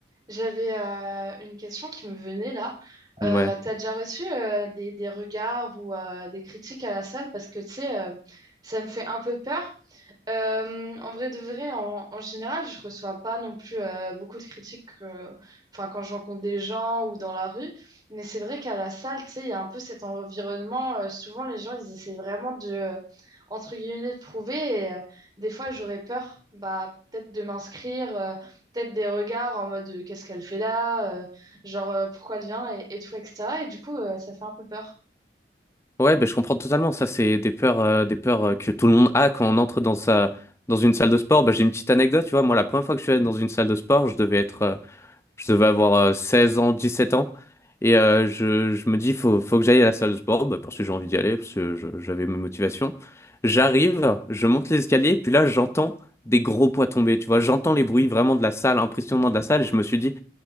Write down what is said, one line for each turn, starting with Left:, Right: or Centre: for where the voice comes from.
Right: j'avais euh, une question qui me venait là.
Left: Ouais.
Right: Euh, t'as déjà reçu euh, des, des regards ou euh, des critiques à la salle parce que tu sais, euh, ça me fait un peu peur Euh, en vrai de vrai, en, en général, je reçois pas non plus euh, beaucoup de critiques euh, enfin, quand je rencontre des gens ou dans la rue. Mais c'est vrai qu'à la salle, tu sais, il y a un peu cet environnement. euh, souvent, les gens, ils essaient vraiment de, euh, entre guillemets, de prouver. Et euh, des fois, j'aurais peur, bah, peut-être de m'inscrire, euh, peut-être des regards en mode euh, qu'est-ce qu'elle fait là, Euh, genre euh, pourquoi elle vient et, et tout, etc. Et du coup, euh, ça fait un peu peur.
Left: Ouais, ben, je comprends totalement. Ça, c'est des peurs, euh, des peurs euh, que tout le monde a quand on entre dans sa, dans une salle de sport. Ben, j'ai une petite anecdote, tu vois. Moi, la première fois que je suis allé dans une salle de sport, je devais être euh, Je devais avoir euh, 16 ans, sept ans. Et euh, je, je me dis, faut, faut que j'aille à la salle de sport, bah, parce que j'ai envie d'y aller, parce que je- j'avais mes motivations. J'arrive, je monte les escaliers, puis là, j'entends des gros poids tomber, tu vois. J'entends les bruits vraiment de la salle, impressionnant de la salle. Et je me suis dit,